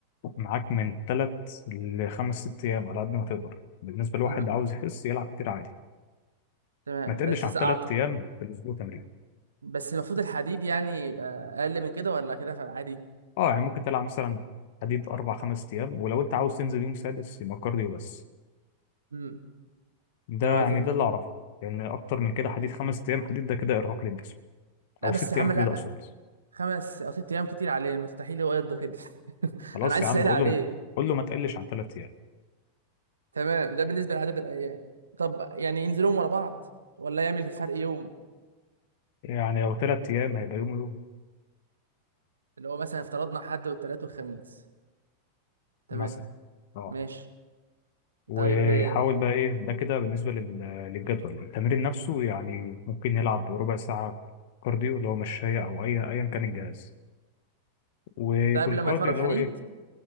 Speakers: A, on the left; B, on the right.
A: معاك من تلات لخمس ست أيام على قد ما تقدر بالنسبة لواحد
B: امم
A: عاوز يخس يلعب كتير عادي
B: تمام
A: ما تقلش
B: بس
A: عن
B: إذا
A: تلات
B: أعت...
A: أيام في الأسبوع تمرين
B: بس المفروض الحديد يعني يبقى اقل من كده ولا كده عادي
A: أه يعني ممكن تلعب مثلا حديد أربع خمس أيام ولو أنت عاوز تنزل يوم سادس يبقى كارديو بس
B: امم
A: ده
B: ده
A: يعني
B: لو عايز ينزل
A: ده اللي أعرفه لأن أكتر من كده حديد خمس أيام حديد ده كده إرهاق للجسم
B: لا
A: أو
B: بس
A: ست
B: يا عم
A: أيام
B: لا
A: حديد أقصد
B: خمس او ست ايام كتير عليه مستحيل هو يرضى كده <laughs>
A: خلاص
B: انا عايز
A: يا
B: اسهل
A: عم قول
B: عليه
A: له قول له ما تقلش عن تلات أيام
B: تمام ده بالنسبه لعدد الايام طب يعني ينزلهم ورا بعض ولا يعمل فرق يوم
A: يعني لو تلات أيام هيبقى يوم ويوم
B: اللي هو مثلا افترضنا حد والتلات والخميس تمام
A: مثلا أه
B: ماشي
A: ويحاول
B: طيب آه،
A: بقى ايه ده كده بالنسبه لل- للجدول التمرين نفسه يعني ممكن يلعب ربع ساعه كارديو اللي هو مشاية او اي ايا كان الجهاز ويكون
B: ده قبل ما
A: كارديو
B: اتمرن
A: اللي
B: حديد
A: هو ايه